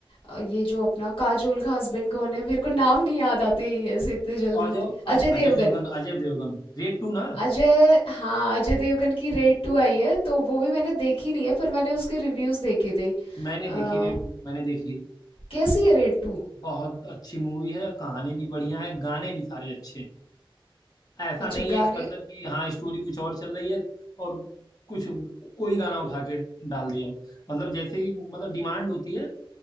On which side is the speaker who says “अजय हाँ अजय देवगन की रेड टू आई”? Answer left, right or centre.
Left